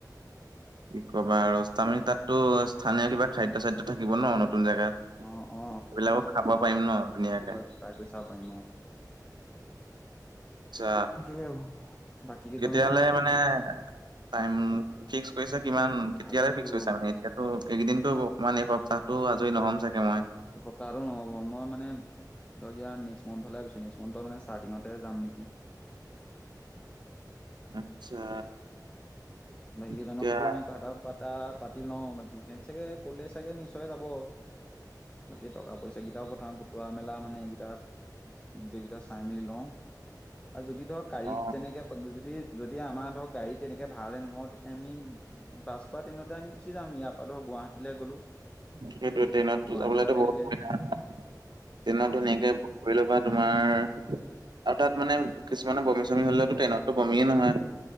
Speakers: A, on the right; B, on the left.
A: কি ক'বা আৰু ষ্টতামি তাতো স্থানীয় কিবা খাদ্য চাদ্য থাকিব ন নতুন জেগাত?
B: অ অ
A: এইবিলাকো খাব পাৰিম ন ধুনীয়াকে?
B: তাই কৰি চাব পাৰিম আওঁ।
A: আচ্ছা
B: তাকে বাকী কেইজনৰ
A: কেতিয়ালে
B: লগত মই
A: মানে টাইম ফিক্স কৰিছা কিমান কেতিয়ালে
B: ভাবিছো
A: ফিক্স কৰিছা মানে এতি তো এইকেইদিনতো অকমান এই সপ্তাহটো আজৰি নহ'ম চাগে মই।
B: সপ্তাহটো নহ'ব। মই মানে ধৰক এই নেক্স মান্থলে ভাবিছো। নেক্স মান্থৰ মানে ষ্টাৰ্টিঙত তাতে যাম নেকি।
A: আচ্ছা।
B: বাকী কেইজনৰ
A: এতিয়া
B: সতেও মানে কথা এটা পাতা পাতি লওঁ। বাকী সিহঁত চাগে কলে চাগে নিশ্চয় যাব। বাকী টকা-পইচা কেইটাও কথা গোটোৱা মেলা মানে এইকেইটা গোটেই কেইটা চাই মেলি লওঁ। আৰু যদি ধৰক, গাড়ীত
A: আহ, অ
B: যেনেকে যদি- যদি আমাৰ ধৰক গাড়ী তেনেকে ভালে অ' তো এমিম- বাছ বা ট্ৰেইনতে আমি গুচি যাম। ইয়াৰ পৰা ধৰ গুৱাহাটীলৈ গ'লো।
A: সেইটোৱে। ট্ৰেইনততো
B: গুৱাহাটীৰ
A: যাবলেতো
B: পৰা তেনেকে
A: বৰু সুবিধা হয়। ট্ৰেইনতো
B: অ
A: এনেকে কৰি লব পাৰা তোমাৰ আৰু তাত মানে কিছুমানে বমি-চমি হ'লেওতো ট্ৰেইনতটো বমিয়ে নহয়।